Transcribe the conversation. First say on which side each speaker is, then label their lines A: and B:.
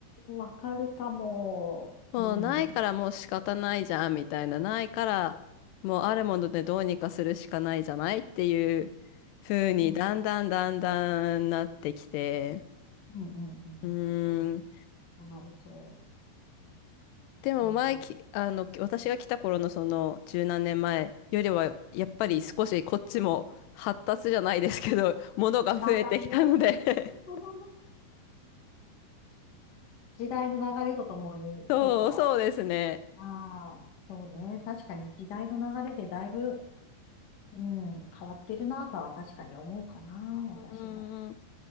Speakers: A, on the left; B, on the left.
A: わかるかも。
B: もうないからもう仕方ないじゃん、
A: うん、うん、
B: みたいな。ないから、もうあるものでどうにかするしかないじゃないっていう風に、
A: うん、
B: だんだんだんだんなってきて。
A: うん、うん。
B: う
A: あ
B: ん。
A: そうなるそ
B: でも前き、
A: う。
B: あの、私が来た頃のその十何年前よりは、やっぱり少しこっちも発達じゃないですけど、
A: うん、
B: ものが増えてきたので
A: だんだんね、<laughs> 時代の流れとともに、
B: <laughs> そう、
A: ちょっとは
B: そうですね。
A: ああ、そうね。確かに時代の流れでだいぶ、うん、変わってるなとは確かに思うかな、私も。
B: うんん。